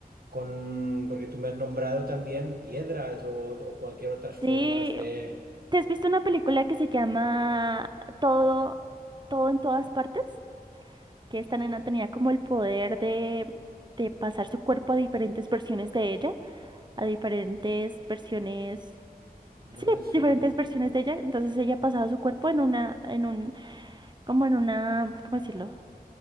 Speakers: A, on the right; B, on the right.
A: con, porque tú me has nombrado también piedras o, o cualquier otras formas
B: Sí,
A: de...
B: ¿te has visto una película que se llama Todo, Todo en todas partes? Que esta nena tenía como el poder de, de pasar su cuerpo a diferentes versiones de ella, a diferentes versiones,
A: No
B: sí,
A: me suena.
B: diferentes versiones de ella. Entonces ella pasaba su cuerpo en una, en un, como en una, ¿cómo decirlo?